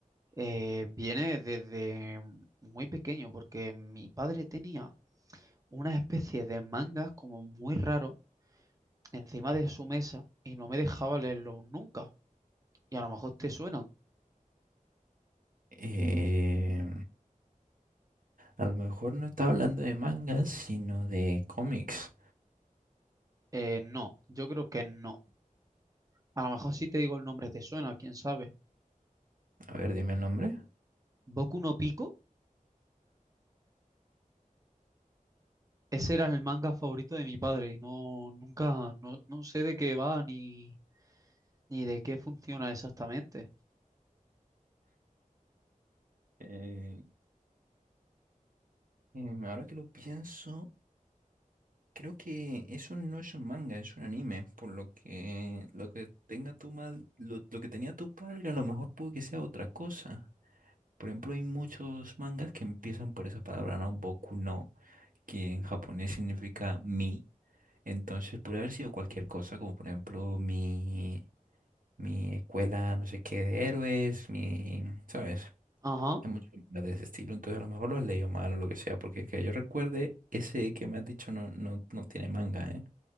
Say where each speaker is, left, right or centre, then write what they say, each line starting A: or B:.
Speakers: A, on the right; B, on the right.
A: Eh, viene desde muy pequeño, porque mi padre tenía una especie de mangas como muy raro encima de su mesa y no me dejaba leerlos nunca. Y a lo mejor te suenan.
B: Eh, A lo mejor no estaba hablando de mangas, sino de cómics.
A: Eh, no, yo creo que no. A lo mejor si te digo el nombre te suena, quién sabe.
B: A ver, dime el nombre.
A: Boku no Pico, ese era el manga favorito de mi padre y no, nunca, no, no sé de qué va ni, ni de qué funciona exactamente.
B: Eh, em, ahora que lo pienso, creo que eso no es un manga, es un anime. Por lo que lo que tenga tu madre, lo, lo que tenía tu padre, a lo mejor puede que sea otra cosa. Por ejemplo, hay muchos mangas que empiezan por esa palabra, ¿no? Boku no, que en japonés significa mi. Entonces puede haber sido cualquier cosa, como por ejemplo mi mi escuela no sé qué de héroes, mi, ¿sabes?
A: Ajá,
B: Hay muchos libros de ese estilo, entonces a lo mejor lo has leído mal o lo que sea, porque que yo recuerde, ese que me has dicho no, no, no tiene manga, ¿eh?